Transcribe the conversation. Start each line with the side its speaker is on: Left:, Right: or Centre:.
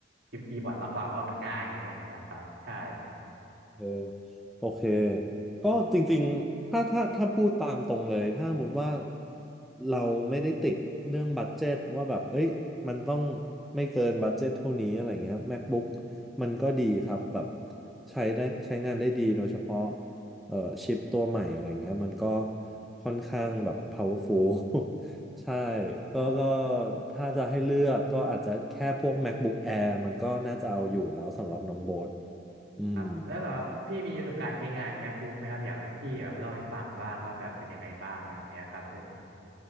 Right: พิมพ์คีย์บอร์ดมากกว่าเพราะมันง่ายแบบเนี้ยครับใช่
Centre: เออโอเคก็จริงๆถ้าถ้าถ้าพูดตามตรงเลยถ้าสมมติว่าเราไม่ได้ติดเรื่องบัดเจ็ตว่าแบบเอ้ยมันต้องไม่เกินบัดเจ็ตเท่านี้อะไรเงี้ย MacBook มันก็ดีครับแบบใช้ได้ใช้งานได้ดีโดยเฉพาะเอ่อชิปตัวใหม่อะไรเงี้ยมันก็ค่อนข้างแบบ powerful <laughs> ใช่ก็ก็ถ้าจะให้เลือกก็อาจจะแค่พวก MacBook Air มันก็น่าจะเอาอยู่แล้วสำหรับน้องโบ๊ทอืม
Right: ครับแล้วแบบพี่มีประสบการณ์ใช้งานแมคบุ๊กไหมครับอยากให้พี่แบบเล่าให้ฟังบ้างว่าแบบเป็นยังไงบ้างอะไรแบบเนี้ยครับผม